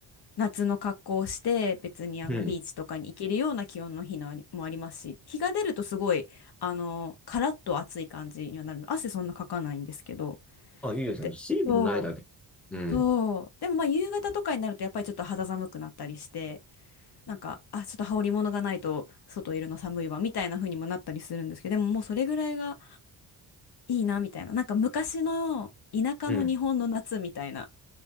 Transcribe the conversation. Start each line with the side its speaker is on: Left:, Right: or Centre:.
Left: 夏の格好をして別にあのビーチとかに行けるような気温の日のありもありますし日が出るとすごいあのカラッと暑い感じにはなるの汗そんなかかないんですけど
Centre: うん。あ、いいですね。
Left: でそう
Centre: 水分ないだけ。うん。
Left: そうでもまあ夕方とかになるとやっぱりちょっと肌寒くなったりしてなんかあちょっと羽織り物がないと外いるの寒いわみたいな風にもなったりするんですけどでももうそれぐらいがいいなみたいななんか昔の田舎の日本の夏みたいな
Centre: うん。